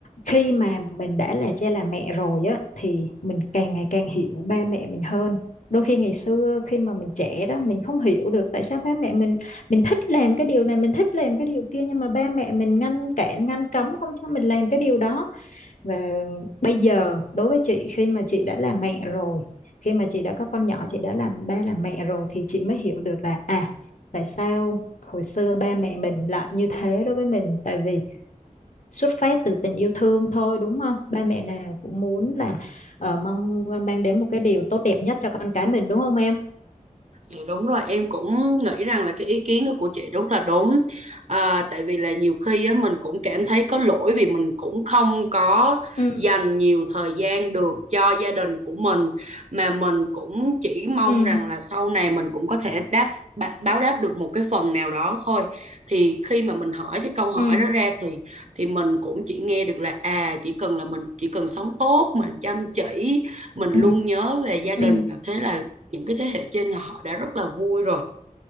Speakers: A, on the left; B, on the right.
A: khi mà mình đã là cha là mẹ rồi á thì mình càng ngày càng hiểu ba mẹ mình hơn đôi khi ngày xưa khi mà mình trẻ đó mình không hiểu được tại sao ba mẹ mình mình thích làm cái điều này mình thích làm cái điều kia nhưng mà ba mẹ mình ngăn cản ngăn cấm không cho mình làm cái điều đó và bây giờ đối với chị khi mà chị đã là mẹ rồi khi mà chị đã có con nhỏ chị đã làm ba làm mẹ rồi thì chị mới hiểu được là à tại sao hồi xưa ba mẹ mình lại như thế đối với mình tại vì xuất phát từ tình yêu thương thôi đúng không? Ba mẹ nào cũng muốn là ờ, mong mang đến một cái điều tốt đẹp nhất cho con cái mình đúng không em?
B: Dạ, đúng rồi em cũng nghĩ rằng là cái ý kiến đó của chị rất là đúng à, tại vì là nhiều khi á, mình cũng cảm thấy có lỗi vì mình cũng không có
A: ừ
B: dành nhiều thời gian được cho gia đình của mình mà mình cũng chỉ mong
A: ừ
B: rằng là sau này mình cũng có thể đáp bá- báo đáp được một cái phần nào đó thôi thì khi mà mình hỏi cái câu hỏi
A: ừ
B: đó ra thì thì mình cũng chỉ nghe được là à chỉ cần là mình chỉ cần sống tốt mình chăm chỉ mình luôn
A: Ừ,
B: nhớ về gia đình
A: ừ,
B: thế là những cái thế hệ trên là họ đã rất là vui rồi